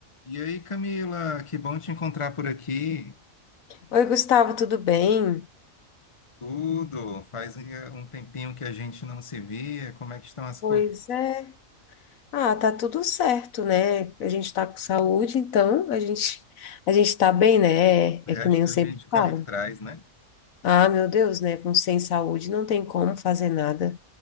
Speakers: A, on the left; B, on the left.
A: E aí, Camila, que bom te encontrar por aqui.
B: Oi, Gustavo, tudo bem?
A: Tudo. Faz eh, um tempinho que a gente não se via. Como é que estão as
B: Pois
A: coisas?
B: é. Ah, tá tudo certo, né? A gente tá com saúde, então a gente a gente tá bem, né? É,
A: O
B: é
A: resto
B: que nem eu sempre
A: a gente corre
B: falo.
A: atrás, né?
B: Ah, meu Deus, né? Com sem saúde não tem como fazer nada.